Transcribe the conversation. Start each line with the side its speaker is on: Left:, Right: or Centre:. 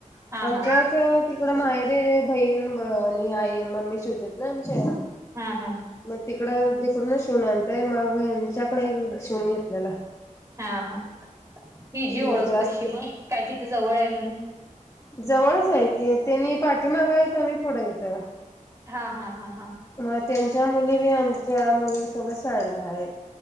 Right: हा
Left: आमच्याच
Right: हा
Left: तिकडं माहेरे बहीण आणि आई मम्मी शिवतेात ना आमच्या
Right: हा हा
Left: मग तिकड तिकडून शिवून आणताय माग यांच्याकडे क्षषण घेतलेला
Right: हा हा हि जी
Left: मग
Right: ओळख
Left: जास्त
Right: कशी मग काय तिथे जवळ आहे म्हणून
Left: जवळच आहे की त्यांनी पाठी मागावीेत आम्ही पुढे इथं
Right: हा हा हा
Left: मग त्यांच्या मुली बी आमच्या मुलीसोबत साळल्या आहेत